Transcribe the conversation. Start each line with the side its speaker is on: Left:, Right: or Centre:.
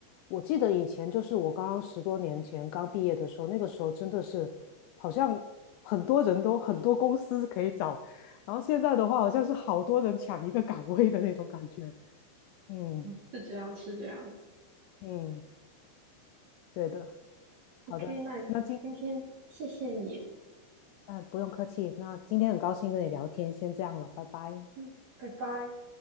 Left: 我记得以前就是我刚刚十多年前刚毕业的时候，那个时候真的是好像很多人都很多公司可以找，然后现在的话好像是好多人抢一个岗位的那种感觉。嗯
Right: <laughs> 是这样，是这样子。
Left: 嗯，对的，好的，
Right: OK，那今天谢谢你，
Left: 那今嗯、呃不用客气，那今天很高兴跟你聊天，先这样了，拜拜。
Right: 嗯，拜拜。